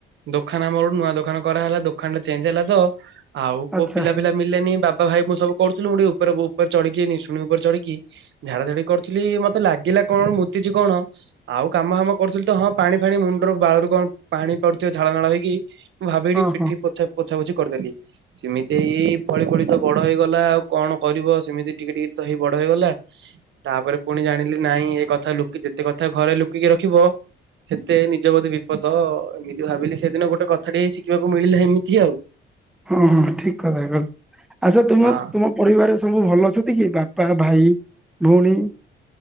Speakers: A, on the right; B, in the centre.
A: ଦୋଖାନ ଆମର ଗୋଟେ ନୂଆ ଦୋକାନ କରାହେଲା ଦୋକାନ ଟା ଚେଞ୍ଜ ହେଲା ତ ଆଉ
B: ଆଚ୍ଛା
A: କୋଉ ପିଲା ପିଲା ମିଲାନି ବାବା ଭାଇ ମୁଁ ସବୁ କରୁଥିଲ ମୁଁ ଟିକେ ଉପ ଉପରେ ଚଢିକିି ଶୁଣି ଉପରେ ଚଢିକି ଝାଡା ଝାଡି କରୁଥିଲି ମତେ ଲାଗିଲା କଣ ମୁତିଛି କଣ ଆଉ କାମ ଫାମ କରୁଥିଲି ତ ହଁ ପାଣି ଫାଣି ମୁଣ୍ଡ ବାଳରୁ କଣ ପାଣି ପଡୁଥିବ ଝାଳ ନାଳ ହେଇକି ମୁଁ ଭାବିଠି
B: ହଁ
A: ପିଠି
B: ହଁ
A: ପୋଛା ପୋଛା ପୋଛି କରିଦେଲି। ସେମିତି ହେଇ ଫଳି ଫଳି ତ ବଡ ହେଇଗଲା ଆଉ କଣ କରିବ ସେମିତି ଟିକେ ଟିକେ ତ ହେଇ ବଡ ହେଇଗଲା। ତାପରେ ପୁଣି ଜାଣିଲି ନାଇଁ ଏ କଥା ଲୁ ଯେତେ କଥା ଘରେ ଲୁକିକି ରଖିବ। ସେତେ ନିଜ ବୋଧେ ବିପଦ ଏମିତି ଭାବିଲି ସେଦିନ ଗୋଟେ କଥାଟେ ଶିଖିବାକୁ ମିଳିଲା ଏମିତି ଆଉ।
B: ହଁ ହଁ ଠିକ କଥା କହିଲେ ଆଛା ତୁମ
A: ହଁ
B: ତୁମ ପରିବାର ସବୁ ଭଲ ଅଛନ୍ତି କି ବାପା, ଭାଇ, ଭଉଣୀ।